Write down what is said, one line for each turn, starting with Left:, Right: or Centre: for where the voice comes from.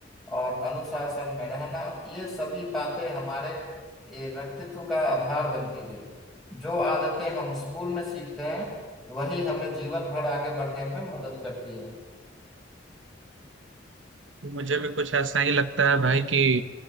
Centre: और अनुशासन में रहना ये सभी बातें हमारे ये व्यक्तित्व का आधार बनती है जो आदतें हम स्कूल में सीखते हैं वही हमें जीवन भर आगे बढ़ने में मदद करती है
Right: मुझे भी कुछ ऐसा ही लगता है भाई कि